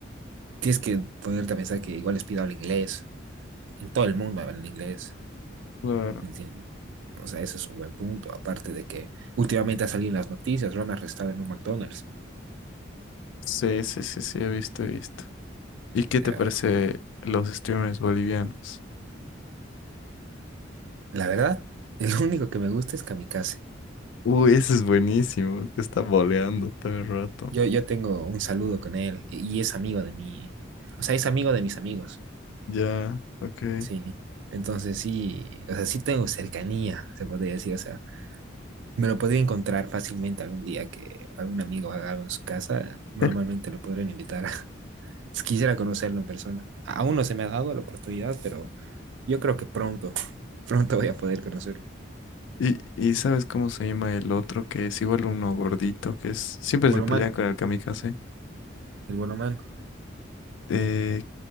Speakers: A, on the right (about 65°); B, on the left (about 70°).
A: tienes que ponerte a pensar que igual Speed habla inglés. En todo el mundo habla inglés.
B: Claro.
A: ¿Me entiendes? O sea, ese es un buen punto. Aparte de que últimamente ha salido en las noticias, lo han arrestado en un McDonald's.
B: Sí, sí, sí, sí, he visto, he visto. ¿Y qué
A: Ya.
B: te parece los streamers bolivianos?
A: La verdad, el <laughs> único que me gusta es Kamikaze.
B: Uy, ese es buenísimo, que está boleando todo el rato.
A: Yo, yo tengo un saludo con él y es amigo de mi, o sea, es amigo de mis amigos,
B: Ya, ok.
A: sí. Entonces sí, o sea, sí tengo cercanía, se podría decir, o sea, me lo podría encontrar fácilmente algún día que algún amigo haga algo en su casa, normalmente
B: <laughs>
A: lo podrían invitar. <laughs> Quisiera conocerlo en persona. Aún no se me ha dado la oportunidad, pero Yo creo que pronto, <laughs> pronto voy a poder conocerlo.
B: Y, y ¿sabes cómo se llama el otro? Que es igual uno gordito, que es, siempre
A: El Bolomán,
B: se pelean con el kamikaze.
A: el Bolomán.
B: Eh,